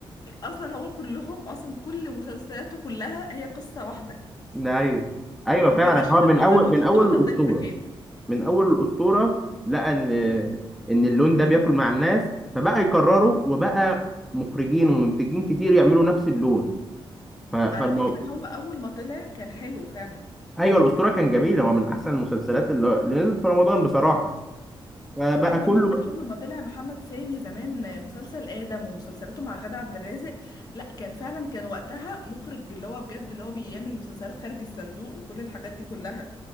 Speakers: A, on the left (about 45°); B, in the centre.
A: اصلا هو كلهم اصلا كل مسلسلاته كلها هي قصه واحده
B: ايوه ايوه فعلا
A: هو بيشيل
B: هو من
A: البطل
B: اول
A: ويحط
B: من اول
A: بطل
B: الاسطوره
A: تاني مكانه
B: من اول الاسطوره لقى ان ان اللون ده بياكل مع الناس فبقى يكرروا وبقى مخرجين ومنتجين كتير يعملوا نفس اللون ف... فالمو-
A: على فكرة هو أول ما طلع كان حلو فعلا
B: ايوه الاسطوره كان جميل هو من احسن المسلسلات اللي اللي نزلت في رمضان بصراحه فبقى
A: أول
B: كله
A: ما أول ما طلع محمد سامي زمان مسلسل آدم ومسلسلاته مع غادة عبد الرازق لا كان فعلا كان وقتها مخرج اللي هو بجد اللي هو بيعمل مسلسلات خارج الصندوق وكل الحاجات دي كلها